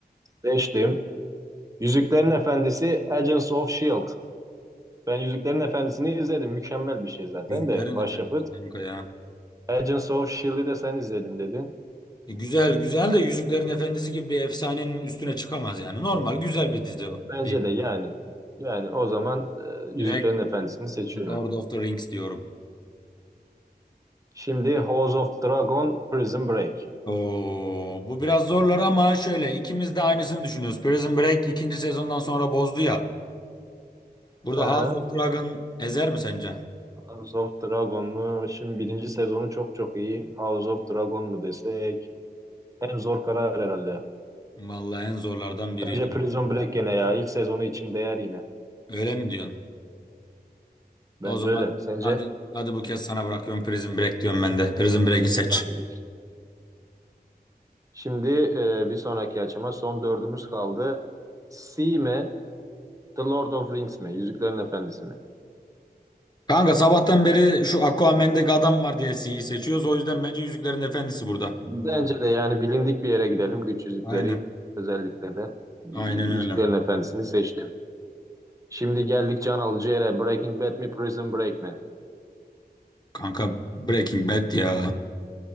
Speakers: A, on the right; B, on the left.
A: Seçtim. Yüzüklerin Efendisi Agents of Shield. Ben Yüzüklerin Efendisi'ni izledim. Mükemmel bir şey zaten
B: Yüzüklerin
A: de başyapıt.
B: Efendisi kanka ya.
A: Agents of Shield'i de sen izledim dedin.
B: E, güzel güzel de Yüzüklerin Efendisi gibi bir efsanenin üstüne çıkamaz yani. Normal güzel bir dizi o.
A: E, Bence
B: Değil.
A: de yani. Yani o zaman e, Yüzüklerin
B: Direkt
A: Efendisi'ni seçiyorum.
B: Lord of the Rings diyorum.
A: Şimdi House of Dragon Prison Break.
B: Oo, bu biraz zorlar ama şöyle ikimiz de aynısını düşünüyoruz. Prison Break ikinci sezondan sonra bozdu ya. Burada
A: Hı
B: House
A: hı.
B: of Dragon ezer mi sence?
A: House of Dragon mu? Şimdi birinci sezonu çok çok iyi. House of Dragon mu desek? En zor karar herhalde.
B: Vallahi en zorlardan biriydi
A: Bence Prison
B: bu.
A: Break gene ya. İlk sezonu için değer yine.
B: Öyle mi diyorsun?
A: Bence
B: O zaman
A: öyle. Sence?
B: hadi hadi bu kez sana bırakıyorum Prison Break diyorum ben de. Prison Break'i seç.
A: Hadi geç. Şimdi e, bir sonraki açıma son dördümüz kaldı. Sea mi? The Lord of Rings mi? Yüzüklerin Efendisi mi?
B: Kanka sabahtan beri şu Aquaman'deki adam var diye C'yi seçiyoruz. O yüzden bence Yüzüklerin Efendisi burada.
A: Bence de yani bilindik bir yere gidelim. Güç yüzükleri
B: Aynen.
A: özellikle de.
B: Aynen
A: Yüzüklerin
B: öyle.
A: Efendisi'ni seçtim. Şimdi geldik can alıcı yere. Breaking Bad mi? Prison Break mi?
B: Kanka Breaking Bad ya.